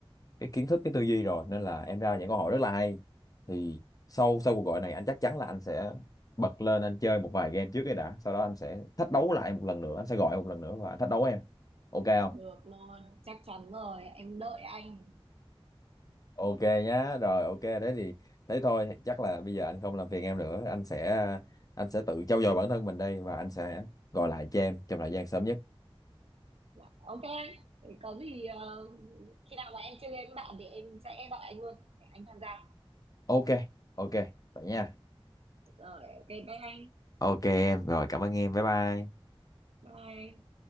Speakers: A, on the left; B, on the right.
A: cái kiến thức cái tư duy rồi nên là em ra những câu hỏi rất là hay thì sau sau cuộc gọi này anh chắc chắn là anh sẽ bật lên anh chơi một vài game trước cái đã sau đó anh sẽ thách đấu lại một lần nữa anh sẽ gọi một lần nữa và anh thách đấu em ok không
B: được luôn chắc chắn rồi em đợi anh
A: ok nhá rồi ok đấy thì thế thôi chắc là bây giờ anh không làm phiền em nữa anh sẽ anh sẽ tự trau dồi bản thân mình đây và anh sẽ gọi lại cho em trong thời gian sớm nhất
B: dạ. ok Thế có gì ờ, khi nào mà em chơi game với bạn thì em sẽ gọi anh luôn để anh tham gia
A: ok ok vậy nha
B: rồi ok bye anh
A: ok em rồi cảm ơn em bye bye
B: bye